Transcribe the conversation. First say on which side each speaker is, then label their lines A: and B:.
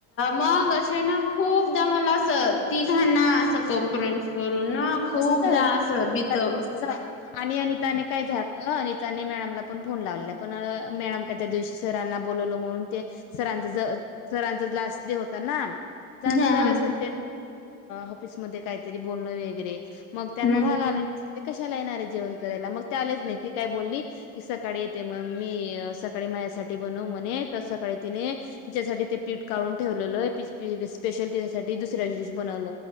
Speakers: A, on the left; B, on the left.
A: मग असे ना खूपदा मला असं तीघा ना असं कॉम्फरन्स करून. ना खूपदा
B: तसच झालं ना
A: असं
B: अनिताच
A: बित आणि
B: तस झालं आणि अनिताने काय झालं अनिता <unintelligible> अनिताने मॅडमला पण फोन लावलेला, पण मॅडम का त्या दिवशी सरांना बोलवलं म्हणून ते सरांच ज सरांचा लास्ट डे होता ना त्यांच
A: हा
B: झालं
A: हा
B: सर ऑफिसमध्ये काहीतरी बोलण वगैरे मग त्यांना
A: हम्म
B: राग आलेेल ते कशाला येणार आहे जेवण करायला मग ते आलेच नाही, ती काय बोलली की सकाळी येते मग मी सकाळी माझ्यासाठी बनव म्हणे तर सकाळी तिने तिच्यासाठी पीठ काढून ठेवलेल आहे स्पेशल ठी दुस्या बनवल